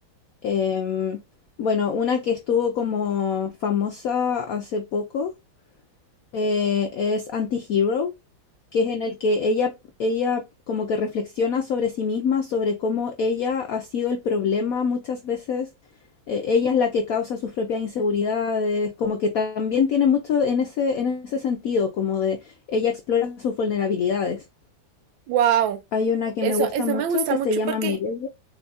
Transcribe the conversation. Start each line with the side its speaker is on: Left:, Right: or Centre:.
Left: Em, bueno, una que estuvo como famosa hace poco eh, es Anti-Hero, que es en el que ella, ella como que reflexiona sobre sí misma, sobre cómo ella ha sido el problema muchas veces. eh, ella es la que causa sus propias inseguridades, como que también tiene mucho en ese, en ese sentido, como de ella explora sus vulnerabilidades.
Right: Wow.
Left: Hay una que
Right: Eso,
Left: me gusta
Right: eso
Left: mucho
Right: me gusta
Left: que
Right: mucho
Left: se llama
Right: porque
Left: Mirror,